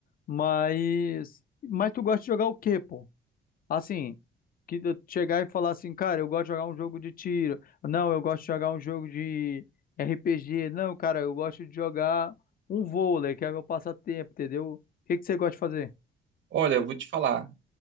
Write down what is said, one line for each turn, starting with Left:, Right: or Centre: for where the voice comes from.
Left: Mas... Mas tu gosta de jogar o quê, pô? Assim, que eu chegar e falar assim, cara, eu gosto de jogar um jogo de tiro. Não, eu gosto de jogar um jogo de RPG. Não, cara, eu gosto de jogar um vôlei, que é meu passatempo, entendeu? O que que você gosta de fazer?
Right: Olha, eu vou te falar,